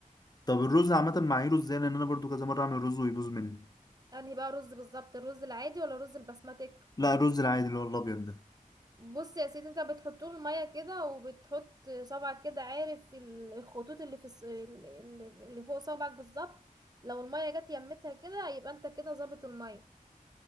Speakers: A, on the left (about 25°); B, on the right (about 25°).
A: طب الرز عامة معاييره إزاي لأن أنا برضو كذا مرة أعمل رز ويبوظ مني
B: انهي بقى رز بالظبط الرز العادي ولا الرز البسمتك
A: لا الرز العادي اللي هو الأبيض ده
B: بص يا سيدي انت بتحط له الميه كده وبتحط صبعك كده عارف ال- الخطوط اللي في الص- ال- ال- اللي فوق صبعك بالظبط لو الميه جت يمتها كده يبقى انت كده ظابط الميه